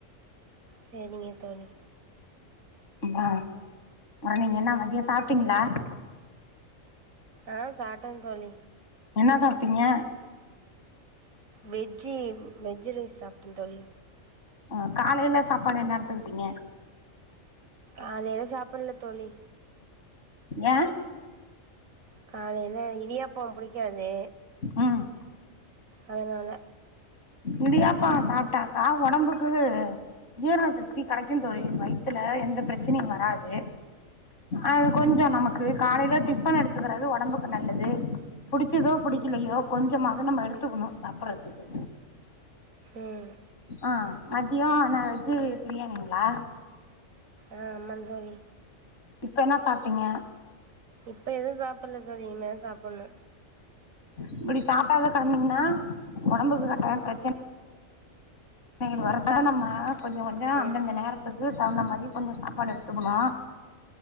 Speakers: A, on the right; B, on the left.
A: சேரிங்க தோழி
B: ஆ நீங்க என்ன மதியம் சாப்பிட்டீங்களா
A: ஆ சாப்டேன் தோழி
B: என்னா சாப்பிட்டீங்க
A: வெஜ்ஜு வெஜ் ரைஸ் சாப்டே தோழி
B: அஹ் காலைலே சாப்பாடு என்ன எடுத்துக்கிட்டீங்க
A: காலையில சாப்பிட்ல தோழி
B: ஆ
A: காலைல இடியாப்போ புடிக்காது
B: ம்
A: அதனால
B: இடியாப்பொ சாப்பிட்டாக்கா ஒடம்புக்கு ஜீரண சக்தி கெடைக்குந் தோழி வயித்துல எந்த பிரச்சனையு வராது அது கொஞ்சொ நமக்கு காலைல டிஃபன் எடுத்துக்கிறது ஒடம்புக்கு நல்லது புடிக்கிதோ புடிக்கலையோ கொஞ்சமாது நம்ம எடுத்துக்கணு சாப்படுறதுக்கு
A: ம்
B: ஆ மதியம் நா வெஜ்ஜு பிரியாணிங்களா
A: ஆமாந் தோழி
B: இப்ப என்ன சாப்பிட்டீங்க
A: இப்ப எதுவும் சா சாப்பிடல தோழி இனிமேதா சாப்பிடன்னு
B: இப்படி சாப்டாத கடந்தீங்ன்னா ஒடம்புக்கு ஏதா பிரச்ச னைகள் வரத நம்ம கொஞ்ச கொஞ்சொ
A: ம்
B: அந்தந்த நேரத்துக்கு தகுந்த மாரி கொஞ்சொ சாப்பாடு எடுத்துக்கணு